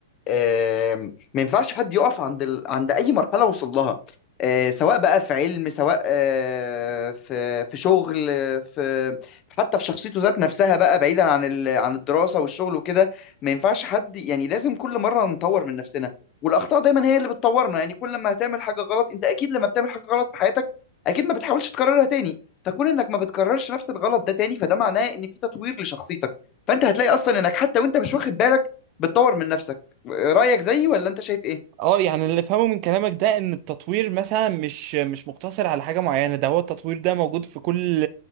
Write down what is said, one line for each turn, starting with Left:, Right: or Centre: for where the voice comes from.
Left: آم، ما ينفعش حد يقف عند ال... عند اي مرحله وصل لها آه، سواء بقى في علم سواء آه، في في شغل آه، في حتى في شخصيته ذات نفسها بقى بعيدا عن ال... عن الدراسه والشغل وكده ما ينفعش حد يعني لازم كل مره نطور من نفسنا والاخطاء دايما هي اللي بتطورنا يعني كل ما هتعمل حاجه غلط انت اكيد لما بتعمل حاجه غلط في حياتك اكيد ما بتحاولش تكررها تاني فكون انك ما بتكررش نفس الغلط ده تاني فده معناه ان في تطوير لشخصيتك فانت هتلاقي اصلا انك حتى وانت مش واخد بالك بتطور من نفسك رأيك زيي ولا انت شايف ايه
Right: اه يعني اللي فهمه من كلامك ده ان التطوير مثلا مش مش مقتصر على حاجه معينه ده هو التطوير ده موجود في كل